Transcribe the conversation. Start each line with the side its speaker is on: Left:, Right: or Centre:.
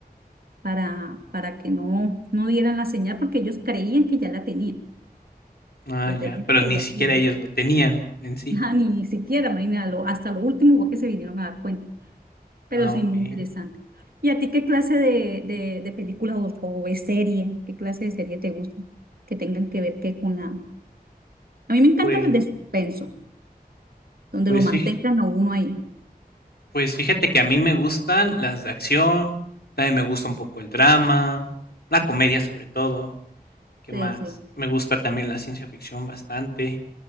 Right: para, para que no, no dieran la señal, porque ellos creían que ya la tenían.
Left: Ah,
Right: Los
Left: ya,
Right: de Lente
Left: pero ni
Right: ya
Left: siquiera
Right: creían.
Left: ellos lo tenían en
Right: <laughs>
Left: sí.
Right: Nada, ni siquiera, imagínate, lo- hasta lo último fue que se vinieron a dar cuenta. Pero
Left: Ah,
Right: sí,
Left: okey.
Right: muy interesante. ¿Y a ti qué clase de, de, de películas o, o de serie, qué clase de serie te gusta? Que tengan que ver que con la... A mí me encantan
Left: Pues
Right: las de suspenso, donde
Left: pues
Right: lo mantengan
Left: fij
Right: a uno ahí.
Left: pues fíjate que a mí me gustan las de acción, también me gusta un poco el drama, la comedia sobre todo, ¿qué
Right: Sí,
Left: más?
Right: sí.
Left: Me gusta también la ciencia ficción bastante.